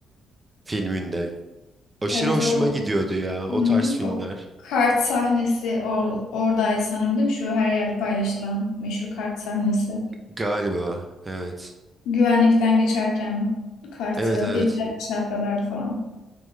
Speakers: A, on the right; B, on the left.
A: filminde. Aşırı
B: Evet
A: hoşuma
B: o
A: gidiyordu ya
B: hı
A: o tarz
B: hı.
A: filmler.
B: O kart sahnesi or oradaydı sanırım değil mi? Şu her yerde paylaşılan meşhur kart sahnesi.
A: Galiba evet.
B: Güvenlikten geçerken kartı
A: Evet evet.
B: birbirlerine çarpıyorlardı falan.